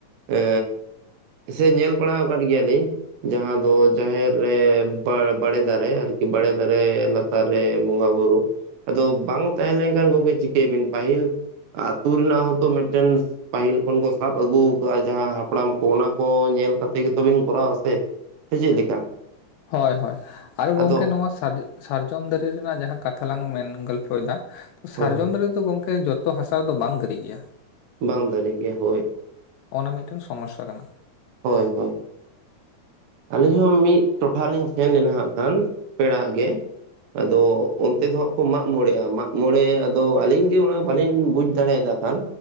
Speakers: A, on the right (about 80°); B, on the left (about 75°).
A: ᱮᱻ ᱥᱮ ᱧᱮᱞ ᱵᱟᱲᱟᱟᱣ ᱟᱠᱟᱫ ᱜᱮᱭᱟᱞᱤᱧ᱾ ᱡᱟᱦᱟᱸ ᱫᱚ ᱡᱟᱦᱮᱨ ᱨᱮ ᱵᱟᱲᱮ ᱫᱟᱨᱮ ᱟᱨᱠᱤ ᱵᱟᱲᱮ ᱫᱟᱨᱮ ᱞᱟᱛᱟᱨ ᱨᱮ ᱵᱚᱸᱜᱟ ᱵᱩᱨᱩ ᱟᱫᱚ ᱵᱟᱝ ᱛᱟᱦᱮᱸ ᱞᱮᱱᱠᱷᱟᱱ ᱜᱚᱢᱠᱮ ᱪᱤᱠᱟᱹᱭ ᱵᱤᱱ ᱯᱟᱹᱦᱤᱞ ᱟᱹᱛᱩ ᱨᱮᱱᱟᱜ ᱦᱚᱸᱛᱚ ᱢᱤᱫᱴᱮᱱ ᱯᱟᱹᱦᱤᱞ ᱠᱷᱚᱱ ᱠᱚ ᱥᱟᱵ ᱟᱹᱜᱩ ᱟᱠᱟᱜᱼᱟ ᱡᱟᱦᱟᱸ ᱦᱟᱯᱲᱟᱢ ᱠᱚ ᱚᱱᱟ ᱠᱚ ᱧᱮᱞ ᱠᱟᱛᱮ ᱜᱮᱛᱚᱵᱤᱱ ᱠᱚᱨᱟᱣᱼᱟ ᱥᱮ ᱥᱮ ᱪᱮᱫ ᱞᱮᱠᱟ
B: ᱦᱳᱭ ᱦᱳᱭ ᱟᱨ ᱜᱚᱢᱠᱮ
A: ᱟᱫᱚ
B: ᱱᱚᱣᱟ ᱥᱟᱨᱡᱚᱢ ᱥᱟᱨᱡᱚᱢ ᱥᱟᱨᱚᱢ ᱫᱟᱨᱮ ᱨᱮᱱᱟᱜ ᱡᱟᱦᱟᱸ ᱠᱟᱛᱷᱟ ᱞᱟᱝ ᱢᱮᱱ ᱜᱚᱞᱯᱷᱚᱭᱮᱫᱟ
A: ᱦᱳᱭ
B: ᱥᱟᱨᱡᱚᱢ ᱫᱟᱨᱮ ᱛᱚ ᱜᱚᱝᱠᱮ ᱡᱚᱛᱚ ᱦᱟᱥᱟ ᱨᱮᱫᱚ ᱵᱟᱝ ᱫᱤᱨᱤᱜ ᱜᱮᱭᱟ
A: ᱵᱟᱝ ᱫᱟᱨᱮᱜ ᱜᱮᱭᱟ ᱦᱳᱭ᱾
B: ᱚᱱᱟ ᱢᱤᱫᱴᱮᱱ ᱥᱚᱢᱚᱥᱟ ᱠᱟᱱᱟ᱾
A: ᱦᱳᱭ ᱦᱳᱭ ᱟᱹᱞᱤᱧ ᱦᱚᱸ ᱢᱤᱫ ᱴᱚᱴᱷᱟ ᱞᱤᱧ ᱥᱮᱱ ᱞᱮᱱᱟ ᱦᱟᱸᱜ ᱠᱷᱟᱱ ᱯᱮᱲᱟᱜ ᱜᱮ᱾ ᱟᱫᱚ ᱚᱱᱛᱮ ᱫᱚ ᱦᱟᱸᱜ ᱠᱚ ᱢᱟᱜ ᱢᱚᱬᱮᱜᱼᱟ ᱾ ᱢᱟᱜ ᱢᱚᱬᱮ ᱟᱫᱚ ᱟᱹᱞᱤᱧᱜᱮ ᱚᱱᱟ ᱵᱟᱞᱤᱧ ᱵᱩᱡ ᱪᱟᱲᱮ ᱮᱫᱟ ᱠᱷᱟᱱ